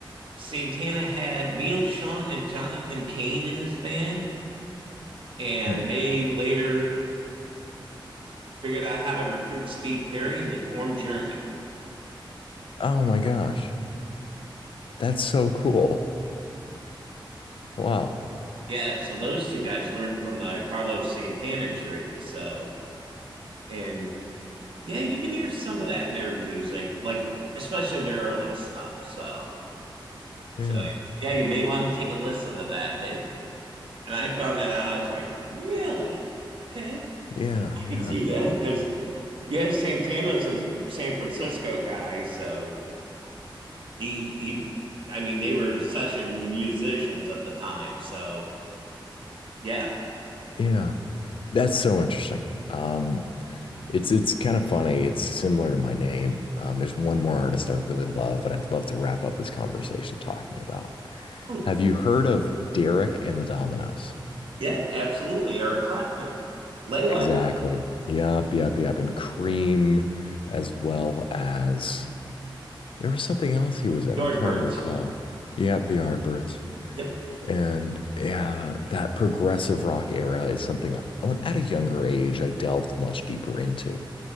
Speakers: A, on the right; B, on the left.
A: Santana had Neil Sean and Jonathan Cain in his band, And
B: Hmm.
A: they later figured out how to recruit Steve Perry and they formed Journey.
B: Oh my gosh. That's so cool. Wow.
A: Yeah, so those two guys learned from the Carlos Santana tree. So, and yeah, you can hear some of that in their music, like especially their early stuff. So,
B: Yeah.
A: so yeah, you may want to take a listen to that. They and I found that out. I was like, really? Okay,
B: Yeah.
A: I
B: Yeah.
A: could see that because yeah, Santana's a San Francisco guy, so he he I mean they were session musicians at the time. So yeah.
B: Yeah. That's so interesting. Um, it's it's kind of funny. It's similar to my name. Um, there's one more artist I really love, and I'd love to wrap up this conversation talking about.
A: Oh,
B: Have you heard of Derek and the Dominoes?
A: yeah, absolutely. Eric Clapton, Layla,
B: Exactly. Yep, yep, yep. And Cream, as well as there was something else he was in.
A: Yardbirds.
B: I'm trying to recall. Yep, the Yardbirds.
A: Yep.
B: And yeah, that progressive rock era is something I went at a younger age, I delved much deeper into.